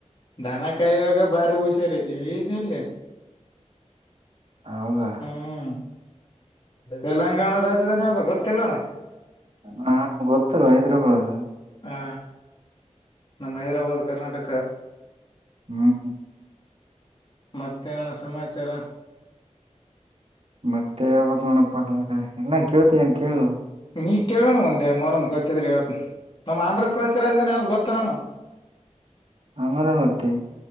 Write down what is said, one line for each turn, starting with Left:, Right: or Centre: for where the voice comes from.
Left: ದನ ಕಾಯುವಾಗ ಬಾರಿ ಹುಷಾರಿ ಇದ್ದವ. ನೀರ್ಲೆ
Right: ಹೌದಾ
Left: ಹ್ಮ್ ತೆಲಂಗಾಣ ರಾಜಧಾನಿ ಯಾವದಾಗ ಗೊತ್ತಿಲ್ಲಣ.
Right: ಹಾ ಗೊತ್ತಲ್ಲ ಹೈದ್ರಾಬಾದ್.
Left: ಹಾ ನಮ್ಮ್ ಹೈದರಾಬಾದ್ ಕರ್ನಾಟಕ.
Right: ಹ್ಮ್
Left: ಮತ್ತೇನಣ
Right: ಹ್ಮ
Left: ಸಮಾಚಾರ
Right: ಮತ್ತ. ಕೇಳಬೇಕು ನೋಡಪ ರ ಇನ್ನ ಕೇಳ್ತ ಏನ್ ಕೇಳ.
Left: ನೀ ಕೇಳೋಣ ಒಂದ್ ನೋಡಮ ಗೊತ್ತಿದ್ರೆ ಹೇಳೇ ನಮ್ ಆಂಧ್ರ ಪ್ರದೇಶ ರಾಜಧಾನಿ ಯಾವ್ದು ಗೊತ್ತಾನೋಣ.
Right: ಅಮರಾವತಿ.